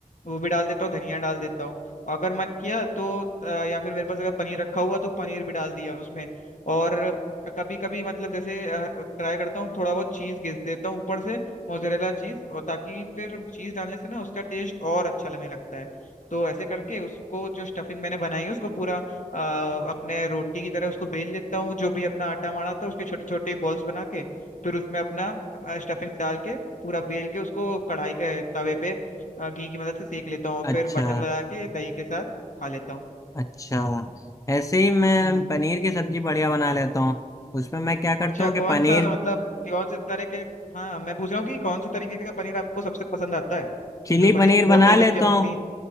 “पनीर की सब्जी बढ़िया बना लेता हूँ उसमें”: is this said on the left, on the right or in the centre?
Left